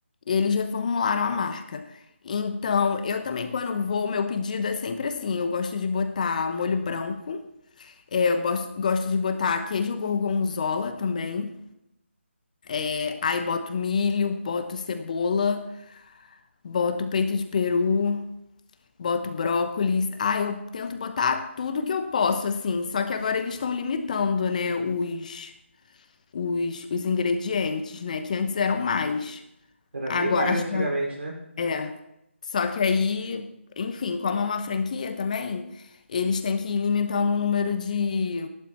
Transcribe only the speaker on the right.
Era
bem mais
antigamente,
né?